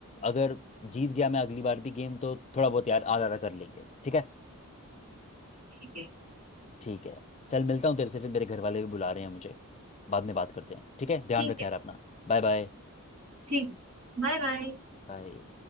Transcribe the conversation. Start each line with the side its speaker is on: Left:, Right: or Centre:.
Left: अगर जीत गया मैं अगली बार भी गेम तो थोड़ा बहुत यार आधा आधा कर लेंगे ठीक है
Right: ठीक है ठीक है
Left: ठीक है चल मिलता हूँ तेरे से फिर मेरे घर वाले भी बुला रहे हैं मुझे बाद में बात करते हैं ठीक है ध्यान
Right: ठीक
Left: रख
Right: है
Left: यार अपना Bye bye
Right: ठीक है Bye bye
Left: बाय